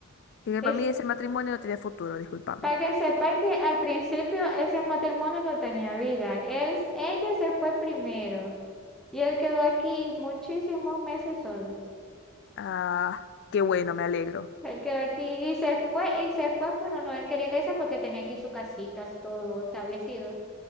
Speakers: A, on the left; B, in the centre.
A: Y que
B: es,
A: para mí ese matrimonio no tiene futuro, discúlpame.
B: para que sepáis que al principio ese matrimonio no tenía vida. Él, ella se fue primero y él quedó aquí muchísimos meses solo.
A: Ah, qué bueno, me alegro.
B: Él quedó aquí y se fue, y se fue, pero no, él quería que eso porque tenía aquí su casita, todo establecido.